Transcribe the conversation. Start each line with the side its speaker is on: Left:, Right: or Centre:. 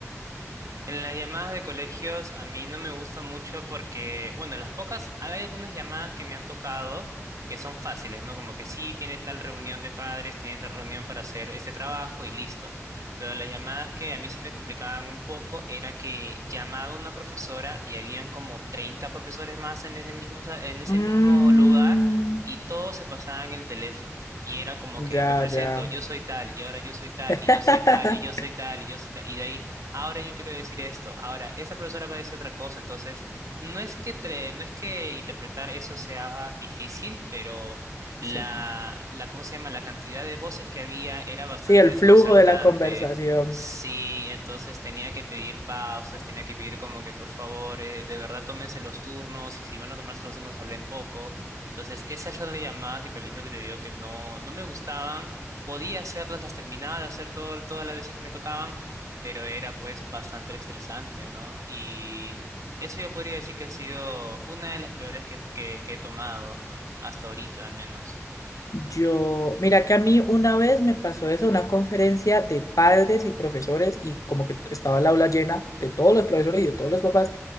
Right: En las llamadas de colegios a mí no me gusta mucho porque, bueno, las pocas, hay algunas llamadas que me han tocado que son fáciles, ¿no? Como que sí, tiene tal reunión de padres, tiene tal reunión para hacer ese trabajo y listo. Pero las llamadas que a mí se me complicaban un poco era que llamaba una profesora y habían como 30 profesores más en ese mismo, sa- en ese
Left: Mm,
Right: mismo lugar. Y todos se pasaban el teléfono. Y era como que
Left: ya,
Right: me presento,
Left: ya.
Right: yo soy tal, y ahora yo soy tal,
Left: <laughs>
Right: y yo soy tal, y yo soy tal, y yo soy tal. Y de ahí ahora yo quiero decir esto, ahora esta profesora va a decir otra cosa, entonces no es que tre- no es que interpretar eso sea difícil, pero la,
Left: Sí,
Right: la, ¿cómo se llama? La cantidad de voces que había era bastante
Left: sí, el
Right: desconcertante.
Left: flujo de la conversación.
Right: Sí, entonces tenía que pedir pausas, tenía que pedir como que por favor, eh, de verdad tómense los turnos y si van a tomarse los turnos hablen poco. Entonces, esas son las llamadas de colegio que te digo que no, no me gustaban. Podía hacerlas, las terminaba de hacer todo, todas las veces que me tocaban pero era pues bastante estresante, ¿no? Y eso yo podría decir que ha sido una de las peores que, que, que he tomado, hasta ahorita al menos.
Left: Yo, mira que a mí una vez me pasó eso, una conferencia de padres y profesores y como que estaba el aula llena de todos los profesores y de todos los papás.